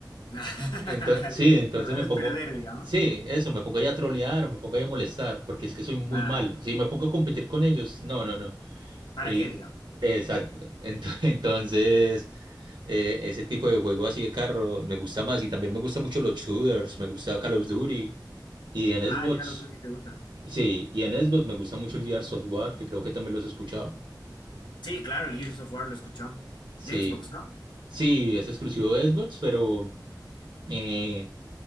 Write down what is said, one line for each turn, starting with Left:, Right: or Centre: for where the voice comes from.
Left: <laughs>
Right: Entonces, sí, entonces
Left: Lo vas
Right: me pongo,
Left: a perder, digamos.
Right: sí, eso, me pongo ahí a trolear, me pongo ahí a molestar, porque es que soy muy
Left: Claro.
Right: malo. Si me pongo a competir con ellos, no, no, no.
Left: ¿Para
Right: Y,
Left: qué, digamos?
Right: exacto. Ent- <laughs> Entonces... Eh, ese tipo de juego así de carro me gusta más y también me gustan mucho los shooters, me gusta Call of Duty y en
Left: Ah,
Right: Xbox,
Left: el Call of Duty te gusta.
Right: sí, y en Xbox me gusta mucho el Gear Software, que creo que también los he escuchado.
Left: Sí, claro, el Gears of War lo he escuchado.
Right: Sí,
Left: De Xbox, ¿no?
Right: sí, es exclusivo de Xbox, pero eh,